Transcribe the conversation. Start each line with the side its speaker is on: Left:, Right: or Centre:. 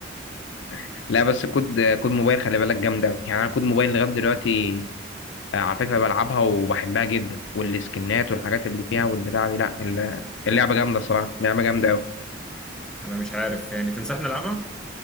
Left: <laughs> لا بس كود كود موبايل خلي بالك جامد قوي يعني انا كود موبايل لغاية دلوقتي آه، على فكرة بلعبها وبحبها جدا والسكنات والحاجات اللي فيها والبتاع دي لا ال- اللعبة جامدة الصراحة لعبة جامدة قوي
Centre: انا مش عارف يعني تنصحني العبها